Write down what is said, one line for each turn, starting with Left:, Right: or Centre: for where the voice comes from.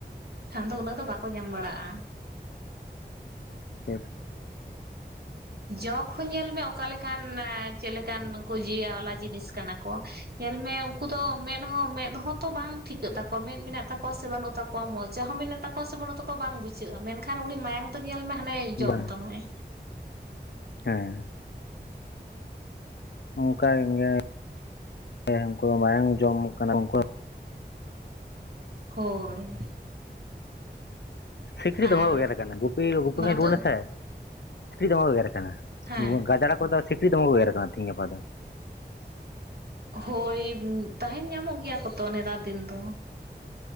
Right: ᱠᱷᱟᱱ ᱫᱚ ᱩᱱᱟᱹᱜ ᱫᱚ ᱵᱟᱠᱚ ᱧᱟᱢ ᱵᱟᱲᱟᱜᱼᱟ᱾
Left: ᱴᱷᱤᱠ,
Right: ᱡᱚᱠ ᱦᱚᱸ ᱧᱮᱞ ᱢᱮ ᱚᱠᱟ ᱞᱮᱠᱟᱱ ᱪᱮᱫ ᱞᱮᱠᱟᱱ ᱩᱝᱠᱩ ᱡᱤᱣᱤ ᱟᱣᱞᱟ ᱡᱤᱱᱤᱥ ᱠᱟᱱᱟ ᱠᱚ ᱧᱮᱞ ᱢᱮ ᱩᱱᱠᱩ ᱫᱚ ᱢᱮᱫ ᱦᱚᱸ ᱢᱮᱫ ᱦᱚᱸ ᱛᱚ ᱵᱟᱝ, ᱴᱷᱤᱠᱟᱹᱜ ᱛᱟᱠᱚᱣᱟ ᱢᱮᱫ ᱢᱮᱱᱟᱜ ᱛᱟᱠᱚᱣᱟ ᱥᱮ ᱵᱟᱹᱱᱩᱜ ᱛᱟᱠᱚᱣᱟ ᱢᱚᱪᱟ ᱦᱚᱸ ᱢᱮᱱᱟᱜ ᱛᱟᱠᱚᱣᱟ ᱥᱮ ᱵᱟᱹᱱᱩᱜ ᱛᱟᱠᱚᱣᱟ ᱵᱟᱝ ᱵᱩᱡᱷᱟᱹᱜᱼᱟ ᱢᱮᱱᱠᱷᱟᱱ ᱩᱱᱤ ᱢᱟᱭᱟᱝ ᱛᱚ ᱧᱮᱞ ᱢᱮ ᱦᱟᱱᱮ
Left: ᱵᱟᱝ
Right: ᱡᱚᱢ ᱛᱟᱢᱟᱟᱭ᱾
Left: ᱦᱮᱸ, ᱚᱝᱠᱟ ᱜᱮ, ᱩᱱᱠᱩ ᱫᱚ ᱢᱟᱭᱟᱝ ᱡᱚᱢ ᱠᱟᱱᱟ ᱩᱝᱠᱩ
Right: ᱦᱳᱭ᱾
Left: ᱥᱤᱠᱲᱤᱡ ᱫᱚᱢᱮ
Right: ᱟᱨ
Left: ᱠᱚ ᱜᱮᱜᱮᱨ ᱠᱟᱱᱟ ᱜᱩᱯᱤ ᱜᱩᱯᱤ ᱠᱷᱚᱱᱤᱧ
Right: ᱵᱟᱝ
Left: ᱨᱩᱣᱟᱹᱲ
Right: ᱫᱚ
Left: ᱱᱟᱥᱮ ᱥᱤᱠᱲᱤᱡ ᱫᱚᱢᱮ ᱠᱚ ᱜᱮᱜᱮᱨ ᱠᱟᱱᱟ᱾
Right: ᱦᱮᱸ
Left: ᱜᱟᱡᱟᱲ ᱠᱚᱨᱮ ᱫᱚ ᱥᱤᱠᱲᱤᱡ ᱫᱚᱢᱮ ᱠᱚ ᱜᱮᱜᱮᱨ ᱠᱟᱱᱟ ᱛᱤᱦᱤᱧ ᱜᱟᱯᱟ ᱫᱚ᱾
Right: ᱦᱳᱭ ᱛᱟᱦᱮᱱ ᱧᱟᱢᱚᱜ ᱜᱮᱭᱟ ᱠᱚ ᱛᱚ ᱱᱮᱛᱟᱨ ᱫᱤᱱ ᱫᱚ᱾